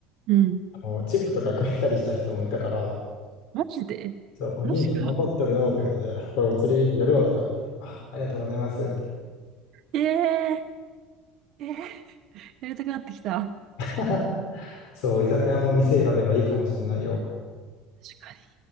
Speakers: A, on the right (about 50°); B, on the left (about 75°).
A: うん。
B: あのチップとかくれたりした人もいたから、
A: マジでマジか。
B: そう、お兄ちゃん頑張ってるのとか言ってて、これお釣りやるわとか言って、あ、ありがとうございますって。
A: ええええやりたくなってきた。
B: <laughs> そう、居酒屋も店選べばいいかもしれないよ。
A: 確かに。い